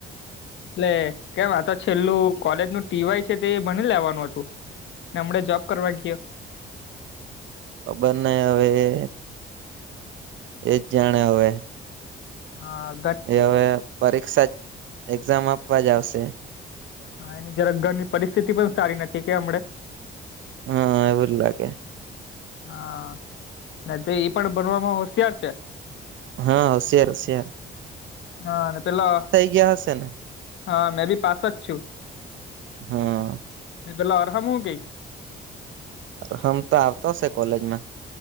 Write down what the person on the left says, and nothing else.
એટલે કેમ આ તો છેલ્લું કોલેજ નું ટીવાય છે તે એ ભણી લેવાનું હતું. ને હમણે જોબ કરવા ગયો.
હા.
હા જરા ઘરની પરિસ્થિતિ પણ નથી કે હમડે.
હા તે ઈ પણ બનવામાં હોશિયાર છે.
હા પેલા
હા મેં બી પાસ જ છું.
એ પેલા આર હમ્મ હુ કે?